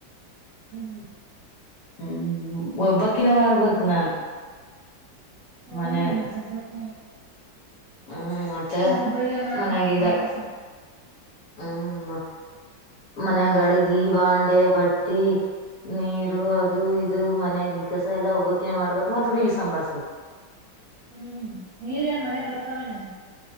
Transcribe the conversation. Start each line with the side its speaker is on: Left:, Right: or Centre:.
Right: ಹ್ಮ್
Left: ಹ್ಮ್ ಒಬ್ಬಕಿನ ಮಾಡಾರಬೇಕಕ್ು ನಾನು
Right: ಹ್ಮ್
Left: ಮನ್ಯಾಗ
Right: ಆತ ಬತ್ತ
Left: ಹ್ಮ್ ಮತ್ತೆ
Right: ಒಬ್ಬರಿಗೆ ಮಾಡಕ್
Left: ಮನ್ಾಗಿಿಂದ
Right: ಬ್ಯಾಸರ
Left: ಹ್ಮ್ ಮನೆ ಗಡಗಿ ಬಾಂಡೆ ಬಟ್ಟಿ ನೀರ್ ಅದು ಇದು ಮನ್ಯಗನ್ ಕಸ ಎಲ್ಲಾ ಒಬ್ಬೋಕಿನೇ ಮಾಡ್ಬೇಕು ಮತ್ತ ಹುಡುಗಿ ಸಂಭಾಳ್ಸ್ಬೇಕು
Right: ಹ್ಮ್ ನೀರ್ೇಏನ್ ಮನೆಗ್ ಬರ್ತಾವೇ ನಮ